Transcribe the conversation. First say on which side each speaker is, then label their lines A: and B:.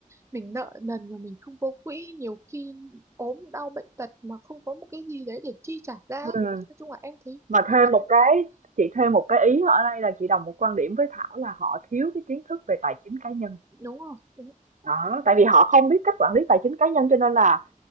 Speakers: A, on the right (about 20°); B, on the right (about 65°).
A: mình nợ nần mà mình không có quỹ nhiều khi ốm đau bệnh tật mà không có một cái gì đấy để chi trả ra
B: ừm.
A: ấy. nói chung là em thấy
B: Mà thêm một cái chị thêm một cái ý ở đây là chị đồng một quan điểm với Thảo là họ thiếu cái kiến thức về tài chính cá nhân.
A: đúng rồi đúng,
B: Đó, tại vì họ không biết cách quản lý tài chính cá nhân cho nên là